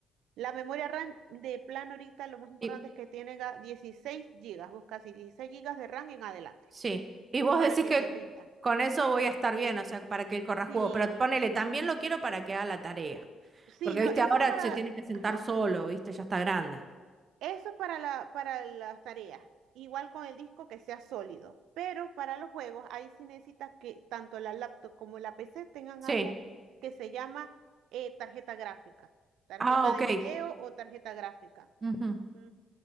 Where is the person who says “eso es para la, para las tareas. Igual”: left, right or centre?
Right